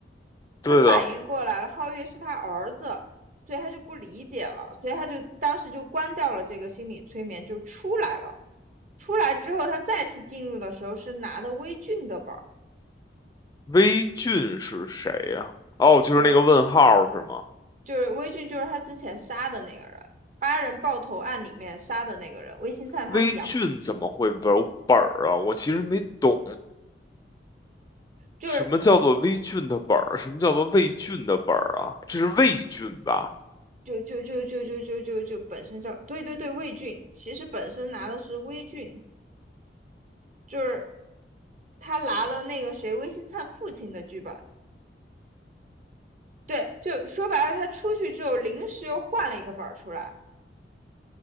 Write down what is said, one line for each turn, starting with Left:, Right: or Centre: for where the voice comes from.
Right: 他反应过来了，
Left: 对的。
Right: 皓月是他儿子，所以他就不理解了，所以他就当时就关掉了这个心理催眠，就出来了。出来之后，他再次进入的时候是拿的微俊的本儿，
Left: 微俊是谁呀、哦，就是那个问号是吗？
Right: 就是就是微俊，就是他之前杀的那个人，八人爆头案里面杀的那个人，魏新灿他们养
Left: 微俊怎么会有本儿啊？我其实没懂。
Right: 就是我，
Left: 什么叫做微菌的本儿？什么叫做魏菌的本儿啊？这是魏菌吧？
Right: 就就就就就就就就本身叫，对对对，魏俊，其实本身拿的是微俊，就是他拿了那个谁魏新灿父亲的剧本，对，就说白了，他出去之后临时又换了一个本儿出来，